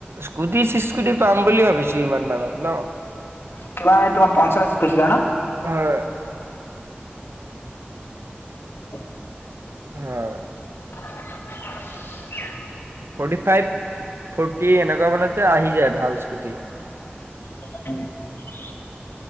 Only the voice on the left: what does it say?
<unintelligible> তোমাৰ পঞ্চাশ কৈছিলা ন
<unintelligible>
<inaudible>
<inaudible>